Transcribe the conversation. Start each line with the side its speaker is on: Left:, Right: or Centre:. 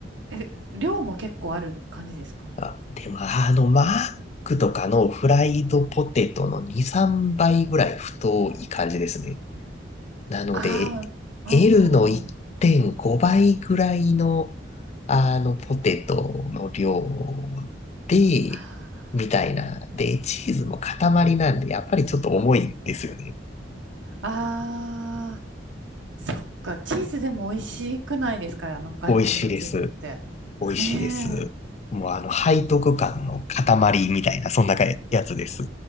Right: え、量も結構ある感じですか
Left: あ、でも、あの、マックとかのフライドポテトの2、3倍ぐらい太い感じですね。なので、
Right: ああー、うんうんうん。
Left: L の1.5倍ぐらいの、あの、ポテトの量で、
Right: あー、
Left: みたいな。
Right: うん
Left: で、チーズも塊なんで、やっぱりちょっと重いんですよね。
Right: あー、そっか。チーズでも美味しくないですかあの外国のチーズって。
Left: 美味しいです。美味しいです。
Right: ね
Left: もうあの、背徳感の塊みたいな、そんなやつです。